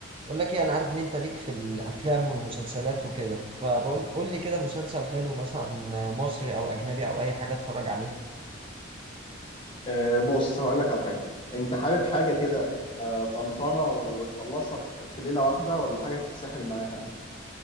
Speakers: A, on the right; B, on the left.
A: بقول لك ايه انا عارف ان انت ليك في الافلام والمسلسلات وكده فبقول قول لي كده مسلسل حلو مثلا مصري او اجنبي او اي حاجه اتفرج عليه
B: آه، بص هقول لك على حاجة انت حابب حاجة كده آه، فنفنة وتخلصها في في ليلة واحدة ولا حاجة تتسحل معاها